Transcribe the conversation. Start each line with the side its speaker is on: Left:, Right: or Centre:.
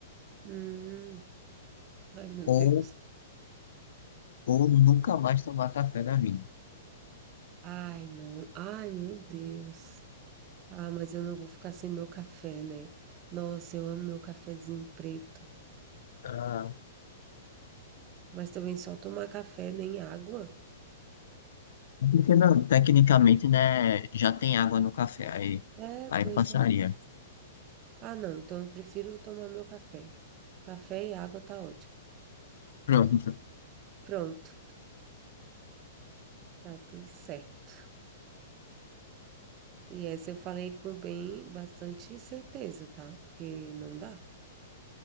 Right: Hum. Ai, meu Deus.
Left: Ou, ou nunca mais tomar café na vida.
Right: Ai, não. Ai, meu Deus. Ah, mas eu não vou ficar sem meu café, né? Nossa, eu amo meu cafezinho preto.
Left: Ah,
Right: Mas também só tomar café, nem água.
Left: é porque não, tecnicamente, né? Já tem água no café, aí,
Right: É,
Left: aí
Right: pois
Left: passaria.
Right: é. Ah, não. Então eu prefiro tomar meu café. Café e água tá ótimo.
Left: Pronto.
Right: Pronto, tá tudo certo. E essa eu falei com bem bastante certeza, tá? Porque não dá.